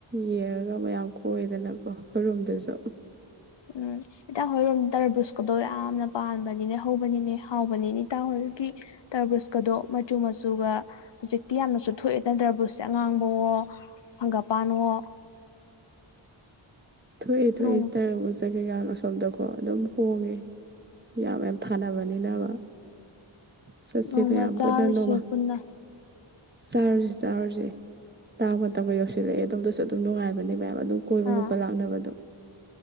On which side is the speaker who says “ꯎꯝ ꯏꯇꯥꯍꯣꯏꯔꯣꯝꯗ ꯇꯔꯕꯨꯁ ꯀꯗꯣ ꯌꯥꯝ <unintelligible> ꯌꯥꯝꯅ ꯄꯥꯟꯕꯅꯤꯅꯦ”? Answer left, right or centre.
Left